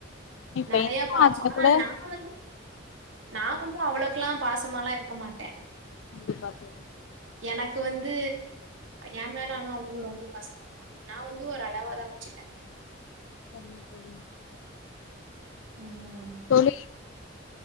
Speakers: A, on the left; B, on the right.
A: இப்ப
B: நறைய
A: என்ன
B: பாசம்
A: அதுல
B: ஆனா
A: கூட
B: நா வந்து நா வந்து அவ்ளவுக்கல்லாம் பாசமாலா இருக்க மாட்டே
A: கண்டிப்பா தோழி
B: எனக்கு வந்து என் மேல ஆனா அவங்க ரொம்ப பாசமா இருப்பாங்க நா வந்து ஒரு அளவா தா வச்சுப்ப
A: சரிங்க தோழி
B: ம்
A: தோழி